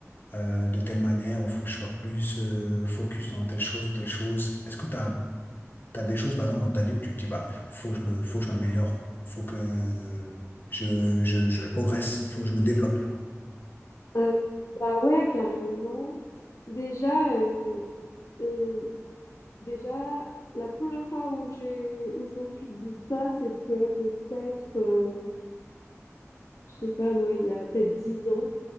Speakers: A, on the left; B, on the left.
A: euh, de telle manière, il faut que je sois plus euh, focus dans telle chose ou telle chose. Est-ce que tu as, des choses, par exemple, dans ta vie où tu te dis, bah, faut que je me, faut que je m'améliore, faut que je, je, je progresse, faut que je me développe.
B: Euh, bah ouais, carrément. Déjà, euh, euh, déjà, la première fois où j'ai, où je me suis dit ça, c'était peut-être, euh, je sais pas moi, il y a peut-être dix ans.